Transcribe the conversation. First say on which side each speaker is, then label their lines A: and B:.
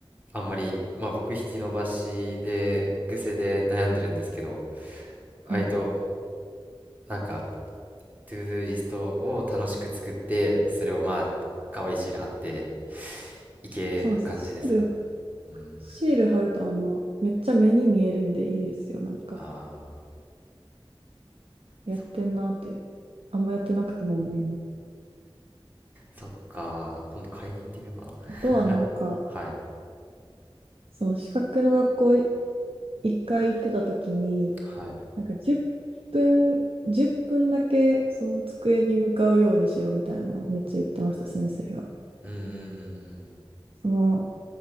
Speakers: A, on the right (about 15°); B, on the right (about 70°).
A: あんまり、まあ僕、引き伸ばしで、癖で悩んでるんですけど、
B: はい。
A: 割と、なんか、トゥードゥーリストを楽しく作って、それをまあ、可愛いシール貼っていける感じですか。
B: そうですね。シール、
A: うん。
B: シール貼ると、あの、めっちゃ目に見えるんでいいですよ。なんか、
A: ああ、
B: やってんなって、
A: そ、
B: あんまやってなくても思います。
A: そっか、今度買いに行ってみようかな。
B: あとは、なんか、
A: はい、
B: その資格の学校い一回行ってた時に、
A: はい。
B: なんか10分、10分だけその机に向かうようにしろみたいなのをめっちゃ言ってました、先生が。
A: うんうんうんうん
B: その